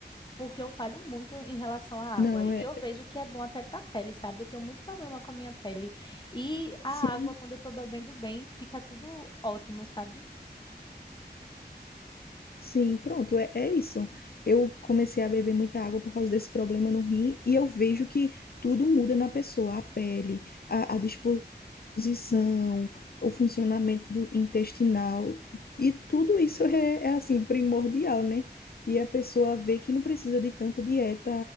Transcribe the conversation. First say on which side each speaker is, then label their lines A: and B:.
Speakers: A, on the left; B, on the left.
A: porque eu falho muito em relação à água.
B: Não,
A: E
B: é.
A: eu vejo que é bom até para a pele, sabe? Eu tenho muito problema com a minha pele. E a
B: Sim.
A: água, quando eu estou bebendo bem, fica tudo ótimo, sabe?
B: Sim, pronto, é, é isso. Eu comecei a beber muita água por causa desse problema no rim e eu vejo que tudo muda na pessoa, a pele, a, a disposição, o funcionamento do intestinal e tudo isso é, é assim primordial, né? E a pessoa vê que não precisa de tanta dieta